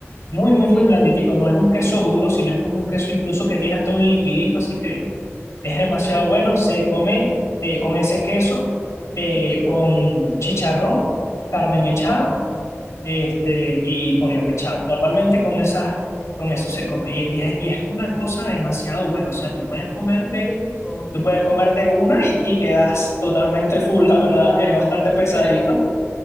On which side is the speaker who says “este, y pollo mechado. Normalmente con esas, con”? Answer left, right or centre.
Left